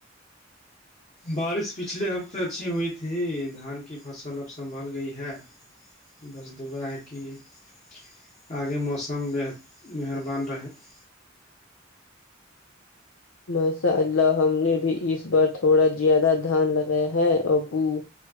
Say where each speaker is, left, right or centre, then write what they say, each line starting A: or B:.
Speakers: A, on the left; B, on the left.
A: بارش پچھلے ہفتے اچھی ہوئی تھی دھان کی فصل اب سنبھال گئی ہے بس دا ہے کہ <unintelligible> آگے موسم ب مہربان رہے <unintelligible>
B: ماشاء اللہ ہم نے بھی اس بار تھوڑا زیادہ دھان لگایا ہے ا بو